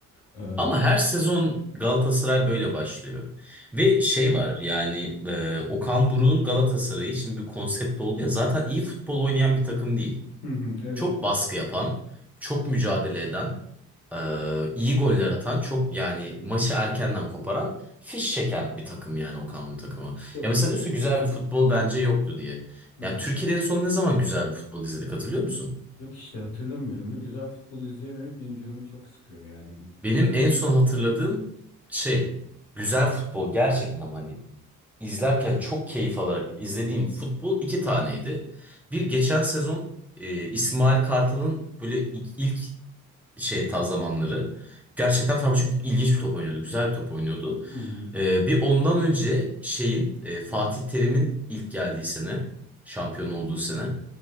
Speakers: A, on the left (about 80°); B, in the centre.
A: Ee, hı
B: Ama her sezon Galatasaray böyle başlıyor. Ve şey var yani e, Okan Buruk'un Galatasaray için bir konsept oldu ya zaten iyi futbol oynayan bir takım değil.
A: hı, evet
B: Çok
A: evet.
B: baskı yapan, çok mücadele eden, e,
A: E,
B: iyi goller atan, çok yani maçı erkenden koparan, fiş çeken bir takım yani Okan Buruk takımı.
A: Yok.
B: Ya mesela diyorsun güzel
A: Hı
B: bir
A: hı,
B: futbol bence yoktu diye.
A: hı
B: Ya
A: hı.
B: Türkiye'de en son ne zaman güzel bir futbol izledik hatırlıyor musun?
A: Yok işte hatırlamıyorum ve güzel futbol izleyememek benim canımı çok sıkıyor yani.
B: Benim
A: Sonuç
B: en
A: olarak.
B: son hatırladığım şey güzel futbol gerçekten ama hani izlerken çok keyif alarak izlediğim futbol iki taneydi. Bir geçen sezon e, İsmail Kartal'ın böyle ilk, ilk şey ta zamanları. Gerçekten Fenerbahçe ilginç bir top oynuyordu. Güzel bir top oynuyordu.
A: Hı hı.
B: E, bir ondan önce şeyin e, Fatih Terim'in ilk geldiği sene. Şampiyon olduğu sene.